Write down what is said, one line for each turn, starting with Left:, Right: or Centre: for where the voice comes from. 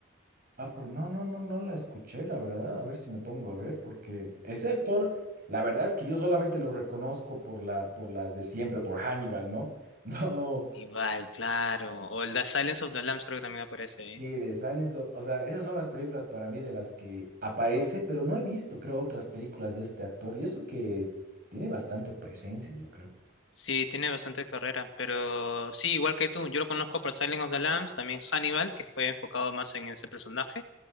Right: ah, por- no, no, no, no la escuché, la verdad. A ver si me pongo a ver, porque ese actor, la verdad es que yo solamente lo reconozco por la, por las de siempre, por Hannibal, ¿no? <laughs> No,
Left: Igual, claro. O el The Silence of the Lambs creo que también aparece ahí.
Right: sí, de Silence, o, o sea, esas son las películas para mí de las que aparece, pero no he visto, creo, otras películas de este actor. Y eso que tiene bastante presencia, yo creo.
Left: Sí, tiene bastante carrera, pero sí, igual que tú, yo lo conozco por Silent of the Lambs, también Hannibal, que fue enfocado más en ese personaje,